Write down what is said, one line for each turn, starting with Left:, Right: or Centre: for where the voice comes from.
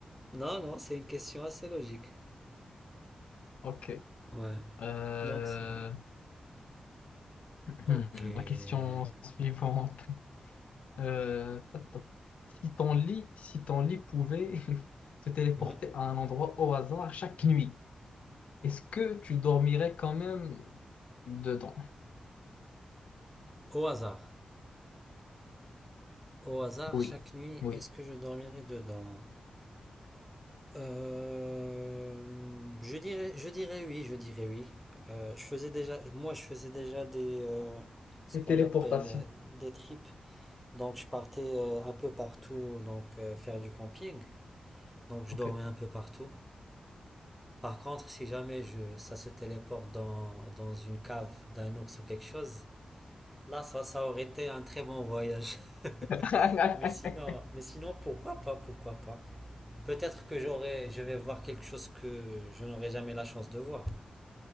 Centre: Non, non, c'est une question assez logique.
Left: Ok.
Centre: Ouais.
Left: Euh,
Centre: Donc c'est. Ok.
Left: hmm,
Centre: Ouais.
Left: La question suivante. Euh, ta, ta, ta. Si ton lit, si ton lit pouvait <laughs> te téléporter
Centre: Ouais.
Left: à un endroit au hasard chaque nuit, est-ce que tu dormirais quand même dedans?
Centre: Au hasard. Au hasard,
Left: Oui.
Centre: chaque nuit,
Left: Oui.
Centre: est-ce que je dormirai dedans? Euh, je dirais, je dirais oui, je dirais oui. Euh, je faisais déjà, moi, je faisais déjà des, euh, ce
Left: Les
Centre: qu'on
Left: téléportations.
Centre: appelle euh, des trips. Donc, je partais euh, un peu partout, donc euh, faire du camping. Donc, je
Left: Ok.
Centre: dormais un peu partout. Par contre, si jamais je, ça se téléporte dans, dans une cave d'un ours ou quelque chose, là, ça, ça aurait été un très bon voyage. <laughs>
Left: <laughs>
Centre: Mais sinon, mais sinon, pourquoi pas, pourquoi pas? Peut-être que j'aurai, je vais voir quelque chose que je n'aurai jamais la chance de voir.